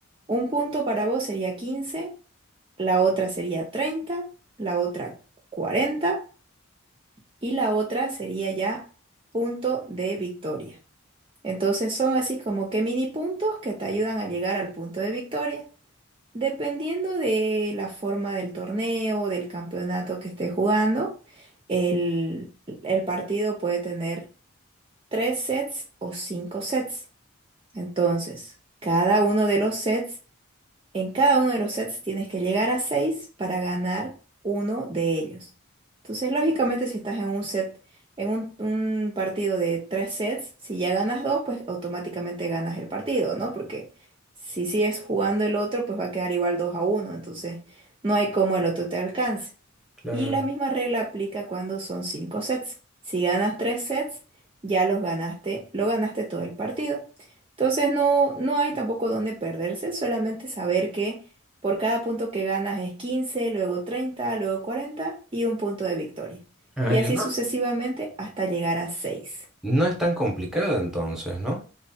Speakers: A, on the right; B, in the centre.
A: un punto para vos sería 15, la otra sería 30, la otra 40 y la otra sería ya punto de victoria. Entonces son así como que mini puntos que te ayudan a llegar al punto de victoria. Dependiendo de la forma del torneo, del campeonato que esté jugando, el, el partido puede tener tres sets o cinco sets. Entonces, cada uno de los sets en cada uno de los sets tienes que llegar a 6 para ganar uno de ellos. Entonces, lógicamente, si estás en un set, en un, un partido de tres sets, si ya ganas dos, pues automáticamente ganas el partido, ¿no? Porque si sigues jugando el otro, pues va a quedar igual 2 a uno. Entonces, no hay cómo el otro te alcance.
B: claro.
A: Y la misma regla aplica cuando son cinco sets. Si ganas tres sets, ya los ganaste, lo ganaste todo el partido. Entonces no, no hay tampoco dónde perderse, solamente saber que por cada punto que ganas es 15, luego 30, luego 40 y un punto de victoria.
B: Ah,
A: Y
B: ya
A: así
B: no.
A: sucesivamente hasta llegar a 6.
B: No es tan complicada entonces, ¿no?